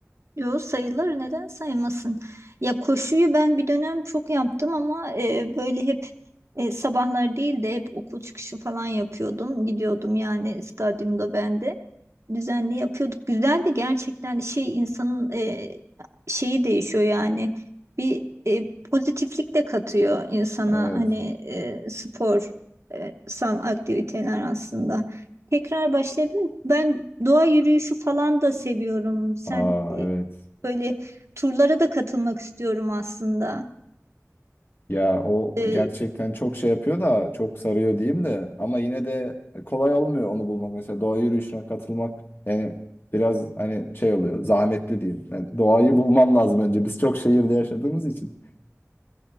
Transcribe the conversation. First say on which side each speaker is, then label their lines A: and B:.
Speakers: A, on the right (about 60°); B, on the left (about 40°).
A: Yo sayılır neden sayılmasın? Ya koşuyu ben bir dönem çok yaptım ama e, böyle hep e, sabahlar değil de hep okul çıkışı falan yapıyordum. Gidiyordum yani stadyumda ben de. Düzenli yapıyorduk. Güzeldi gerçekten şey insanın e, şeyi değişiyor yani. Bir e, pozitiflik de katıyor insana
B: Evet.
A: hani e, spor e, sal aktiviteler aslında. Tekrar başlayabilirim. Ben doğa yürüyüşü falan da seviyorum. Sen
B: Aa
A: e,
B: evet.
A: Böyle turlara da katılmak istiyorum aslında.
B: Ya o
A: Ee,
B: gerçekten çok şey yapıyor da çok sarıyor diyeyim de ama yine de kolay olmuyor onu bulmak. Mesela doğa yürüyüşüne katılmak yani biraz hani şey oluyor zahmetli diyeyim. Yani doğayı bulman lazım önce. Biz çok şehirde yaşadığımız için.